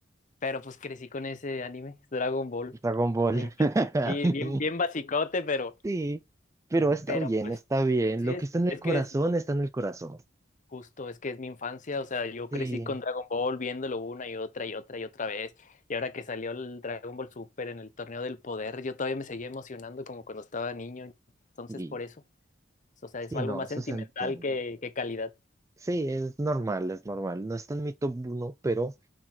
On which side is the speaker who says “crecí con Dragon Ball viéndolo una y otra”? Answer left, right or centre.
Left